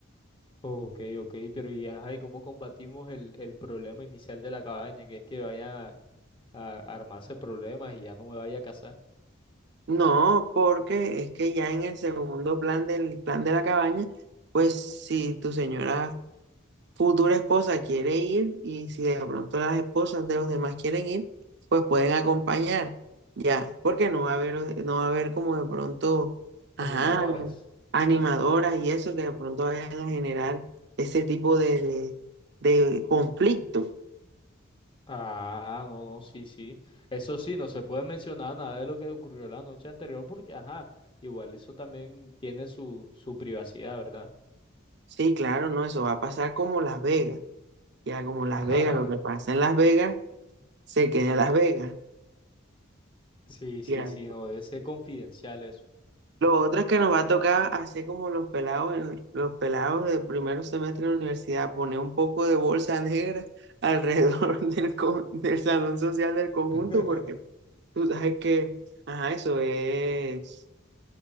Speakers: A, on the left (about 25°); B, on the right (about 60°).
A: Ok, ok, pero y ajá, ¿y cómo combatimos el, el problema inicial de la cabaña? Que es que vayan a, a armarse problemas y ya no me vaya a casar.
B: No, porque es que ya en el segundo plan del plan de la cabaña, pues si tu señora futura esposa quiere ir y si de pronto las esposas de los demás quieren ir, pues pueden acompañar, ya, porque no va a haber, no va a haber como de pronto, ajá,
A: Animadoras.
B: animadoras y eso que de pronto vayan a generar ese tipo de, de, de conflicto.
A: Ah, no, no, sí, sí. Eso sí, no se puede mencionar nada de lo que ocurrió la noche anterior porque, ajá, igual eso también tiene su, su privacidad, ¿verdad?
B: Sí, claro, no, eso va a pasar como Las Vegas, ya como Las
A: <laughs>
B: Vegas, lo que pasa en Las Vegas, se queda en Las Vegas,
A: Sí, sí,
B: ya.
A: sí, no debe ser confidencial eso.
B: Lo otro es que nos va a tocar hacer como los pelados, en- los pelados del primer semestre de la universidad, poner un poco de bolsa negra alrededor <laughs> del, co- del salón social del conjunto,
A: <laughs>
B: porque tú sabes que, ajá, eso es,